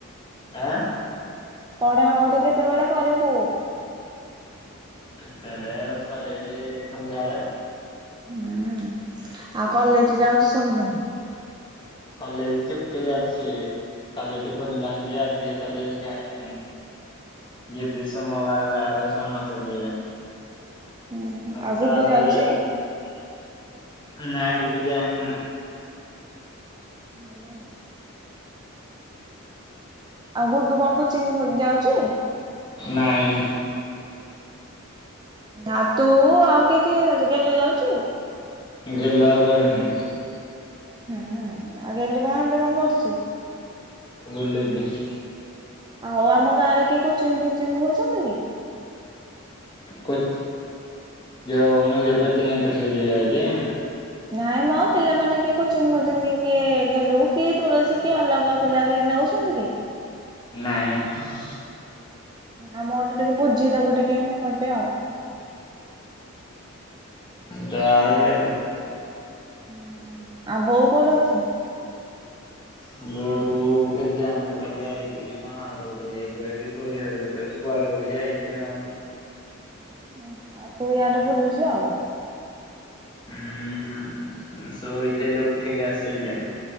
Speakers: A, on the left; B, on the right.
A: ଆଁ <inaudible>
B: ପଢାପଢି କେତେବେଳେ କରିବୁ?
A: ଏଇନେ ସରିକି ସନ୍ଧ୍ୟାଓଳୁ।
B: ହୁଁ ଆଉ କଲେଜ ଯାଉଛି ସବୁଦିନ?
A: କଲେଜ ଚୁଟି ଅଛି। କାଲିଠୁ ଖୋଲିଲାଣୀଜେ ଆଜି ଯାଏ କଲେଜ ଯାଇନୁ। ଯିବି ସୋମବାରେ ଆଡେ ସମସ୍ତେ ଯିବେ।
B: ହୁଁ ହୁଁ
A: ହଁ
B: ଆଉ
A: ସାତ
B: ଗୁଡୁ ଯାଉଛି
A: ହଜାର। ନାଇଁ ଗୁଡୁ ଯାଇନି।
B: ହୁଁ <inaudible> ଆ ଗୁଡୁ କଣ କୋଚିଂ ହୋ ଯାଉଚି?
A: ନାଇଁ।
B: ଆ ତୁ ଆଉ କିଏ କିଏ ଯାଉଛ ଗେଲୁ ଯାଉଚି?
A: ଗେଲୁ ଆଉ ଗଡୁନି।
B: ଆଉ ଗେଲୁ କଣ ଏବେ କଣ କରୁଚି?
A: ବୁଲିଲଛି <unintelligible>
B: ଆଉ ଆମ ଗାଁ ରେ କିଏ କୋଚିଙ୍ଗ ଫୋଚିଂ ହୋଉଚନ୍ତି?
A: ହ ଯ ମୁଁ ଯାଉଛି <unintelligible>
B: ନାଇଁ ମ ପିଲାମାନେ କିଏ କୋଚିଙ୍ଗ ଫୋଚିଂ କିଏ ଗେଲୁ କି ତୁଳସି କି ଅଲଗା ପିଲା କିଏ ନୋଉ ଆସନ୍ତୁ କି <inaudible>
A: ନାଇଁ।
B: ଆମ ଟା ଟିକେ ବୁଝିଦବୁ ଟିକେ ମୁଁ କରିବି।
A: ତୁ ଆସେ।
B: ହୁଁ ଆଉ ବୋଉ କୋଉଠି ଅଛି?
A: ବୋଉ କେତେ ଜଣେ କଳିଆ ହେଇଛି ମା ଘର ଗୋଟକୁ ଯାଇଥିବ କି ଖଉଡି ଘର ଗୋଟରେ <unintelligible> କୁଆଡେ ଗୋଟେ ଯାଇଚି ଆଉ।
B: ଓ ଆଉ ତୁ ଇଆଡେ ବୁଲୁଚୁ ଆଉ।
A: ହୁଁ ଶୋଇଥିଲି ଉଠିକି ଆସିଲି।